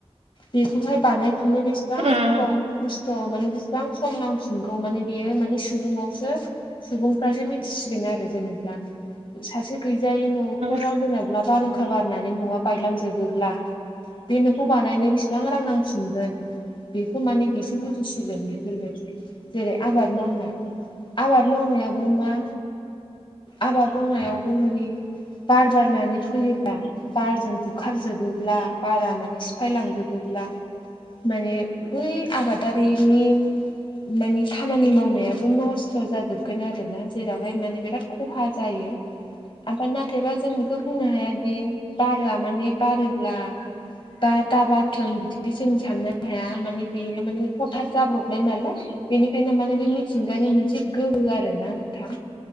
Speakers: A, on the left; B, on the right.
A: बेखौहाय बानायफिननो बेसेबां
B: उम उम
A: गोबाव खस्थ' थ' माने बेसेबां सम नांफिनगौ माने बेयो माने सुबुंनावसो सुबुंफ्रासो मिथिसिगोन आरो जेनेब्ला सासे गैजायि न'खराव
B: उम
A: जेनेबा बारहुंखा बारनानै न'आ बायलांजोबोब्ला बे न'खौ बानायनो बेसेबां रां नांफिनगोन बेखौ माने बेसो बुजिसिगोन बेफोरबायदि जेरै आबाद मावनाय आबाद मावनायाबो मा आबाद मावनायावबो माने बार बारनानै फैयोब्ला बारजों बुखारजोबोब्ला बारा माने सिफायलांजोबोब्ला माने बै आबादारिनि माने खामानि मावनायाबो नस्थ' जाजोबगोन आरोना जेरावहाय माने बिराद खहा जायो। आमफय नाथायबा जों बेखौ बुंनो हाया दि बारआ माने बारोब्ला दा दाबारथों बिदि जों साननो हाया माने बेयो माने हथाद जाब्रबनाय नालाय। बेनिखायनो माने बे मिथिंगानि मोनसे गोहो आरो ना नोंथां।